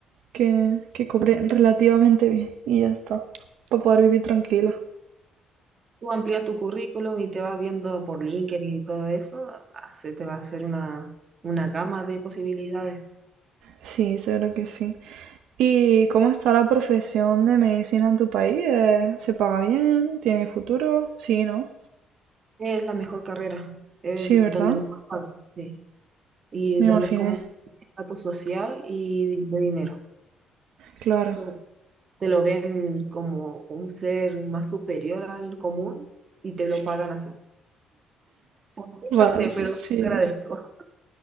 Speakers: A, on the right (about 85°); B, on the right (about 40°).
A: que, que cobre relativamente bien y ya está, para poder vivir tranquila.
B: tú amplías tu currículum y te vas viendo por LinkedIn y todo eso, se te va a hacer una, una gama de posibilidades.
A: Sí, seguro que sí. ¿Y cómo está la profesión de medicina en tu país? Eh, ¿Se paga bien? ¿Tiene futuro? Sí, ¿no?
B: Es la mejor carrera, es
A: Sí,
B: donde
A: ¿verdad?
B: mejor pagan, sí. y
A: Me
B: donde
A: imaginé,
B: es como un estatus social y de dinero.
A: claro.
B: Es como- Te lo ven como un ser más superior al común y te lo pagan así. ¿Por qué? No
A: Va,
B: sé,
A: s-
B: pero
A: sí.
B: te agradezco. <laughs>